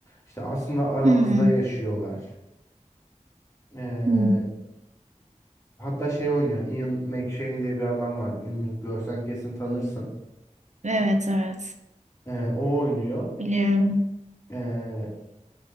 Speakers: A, on the left (about 25°); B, on the right (about 65°).
A: İşte aslında aramızda
B: Hmm.
A: yaşıyorlar. E,
B: Hmm.
A: hatta şey oynuyor Ian McShane diye bir adam var ünlü görsen kesin tanırsın.
B: Evet evet.
A: E, o oynuyor.
B: Biliyorum.
A: E,